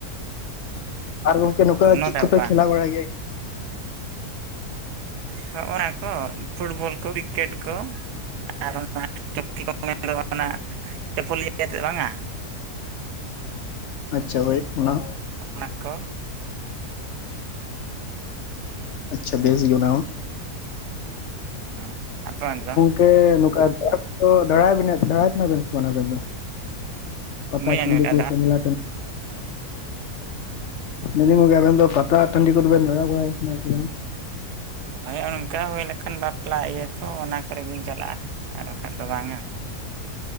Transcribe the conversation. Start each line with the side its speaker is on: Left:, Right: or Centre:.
Left: ᱟᱨ ᱜᱚᱝᱠᱮ ᱱᱚᱝᱠᱟ
Right: ᱱᱚ
Left: ᱪᱮᱫ ᱠᱚᱯᱮ
Right: ᱵᱟ
Left: ᱠᱷᱮᱞᱟᱣ ᱵᱟᱲᱟᱭ ᱜᱮᱭᱟ?
Right: ᱦᱚᱸᱜ ᱱᱚᱣᱟ ᱠᱚ ᱯᱷᱩᱴᱵᱚᱞ ᱠᱚ ᱠᱨᱤᱠᱮᱴ ᱠᱚ ᱟᱨ ᱚᱱᱟᱼᱼ ' <inaudible> ᱪᱩ ᱢᱮᱱ ᱚᱱᱟ ᱪᱟᱹᱯᱚᱞ ᱤᱭᱟᱹᱛ ᱵᱟᱝ-ᱟ᱾
Left: ᱟᱪᱪᱷᱟ ᱦᱳᱭ ᱚᱱᱟ
Right: ᱚᱱᱟ ᱠᱚᱼᱼ
Left: ᱟᱪᱪᱷᱟ ᱵᱮᱥ ᱜᱮ ᱚᱱᱟ ᱦᱚᱸ᱾
Right: ᱮᱸ ᱟᱯᱮ ᱚᱱᱰᱮ ᱫᱚ?
Left: ᱛᱮ ᱱᱚᱝᱠᱟ ᱫᱟᱭ ᱫᱟᱭ ᱠᱟᱱᱟ ᱵᱮᱱ ᱥᱮ ᱵᱟᱝ ᱟᱵᱮᱱ ᱫᱚ? ᱯᱟᱛᱟ
Right: ᱵᱟᱹᱧ ᱟᱸᱡᱚᱢ
Left: ᱴᱟᱱᱰᱤ
Right: ᱞᱮᱫᱼᱟ
Left: ᱠᱚ
Right: ᱫᱟᱬᱟ
Left: ᱥᱮ ᱢᱮᱞᱟ ᱴᱟᱱᱰᱤᱼᱼ ᱢᱮᱱᱫᱟᱞᱤᱧ ᱡᱮ ᱟᱵᱮᱱ ᱫᱚ ᱯᱟᱛᱟ ᱴᱟᱸᱰᱤ ᱠᱚᱫᱚ ᱵᱮᱱ ᱫᱟᱲᱟ ᱵᱟᱲᱟᱭᱱᱟ ᱥᱮ ᱵᱟᱝ?
Right: ᱦᱳᱭ ᱚᱱᱠᱟ ᱦᱩᱭ ᱞᱮᱠᱷᱟᱱ ᱵᱟᱯᱞᱟ ᱤᱭᱟᱹ ᱠᱚ ᱚᱱᱟ ᱠᱚᱨᱮ ᱜᱤᱧ ᱪᱟᱞᱟᱜᱼᱟ᱾ ᱟᱨ ᱵᱟᱠᱷᱟᱜ ᱫᱚ ᱵᱟᱝᱟ᱾